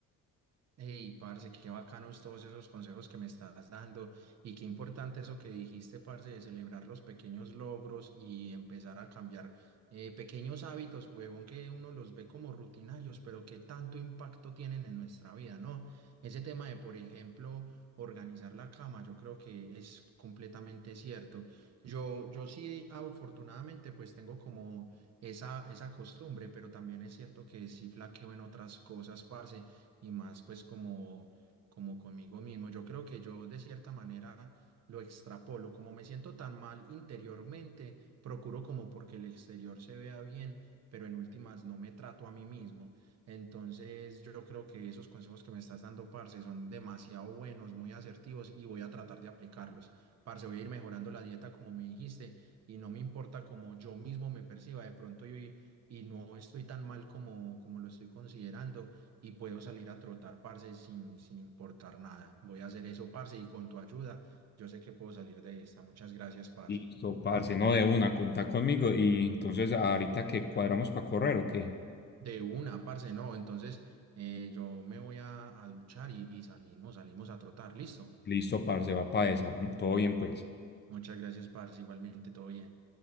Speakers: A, on the right (about 50°); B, on the left (about 30°).
A: Hey, parce, qué bacanos todos esos consejos que me estás dando y qué importante eso que dijiste, parce, de celebrar los pequeños logros y empezar a cambiar eh, pequeños hábitos, huevón, que uno los ve como rutinarios, pero que tanto impacto tienen en nuestra vida, ¿no? Ese tema de, por ejemplo, organizar la cama, yo creo que es completamente cierto. Yo, yo sí, afortunadamente, pues tengo como esa, esa costumbre, pero también es cierto que sí flaqueo en otras cosas, parce y más pues como, como conmigo mismo. Yo creo que yo de cierta manera lo extrapolo, como me siento tan mal interiormente, procuro como porque el exterior se vea bien, pero en últimas no me trato a mí mismo. Entonces yo creo que esos consejos que me estás dando, parce, son demasiado buenos, muy asertivos y voy a tratar de aplicarlos. Parce, voy a ir mejorando la dieta como me dijiste y no me importa como yo mismo me perciba, de pronto yo y, y no estoy tan mal como, como lo estoy considerando y puedo salir a trotar, parce, sin, sin importar nada. Voy a hacer eso, parce, y con tu ayuda, yo sé que puedo salir de esta. Muchas gracias, parce.
B: Listo, parce, no de una, contá conmigo y entonces ahorita que cuadramos para correr o qué.
A: De una, parce, no. Entonces, eh, yo me voy a, a duchar y, y salimos, salimos a trotar. Listo.
B: Listo, parce, va para esa. Todo bien, pues.
A: Muchas gracias, parce. Igualmente, todo bien.